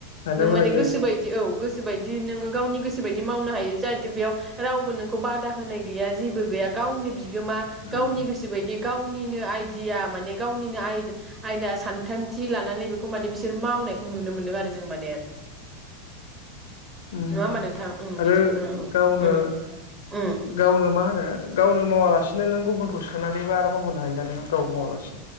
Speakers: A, on the left (about 75°); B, on the right (about 25°).
A: थानोबो
B: नों मानि
A: हायो
B: गोसो बायदि औ गोसो बायदिनों गावनि गोसो बायदि मावनो हायो जाहाथे बेयाव रावबो नोंखौ बादा होनाय गैया जेबो गैया गावनि बि बि-गोमा
A: उम
B: गावनि गोसो बायदि गावनिनो आइदिया माने गावनिनो आयदा सानथान्थि लानानै बेखौ माने बिसोर मावनायखौ नुनो मोनदों आरो जों माने।
A: उम
B: नङा होमबा नोंथां उम
A: आरो
B: बिदिखौनो उम
A: गावनो
B: उम उम
A: गावनो मा होनो गावनो मावालासे नो नों गुबुनखौ सोनानैबो मावहो सोनो हायोना नों गाव मावालासे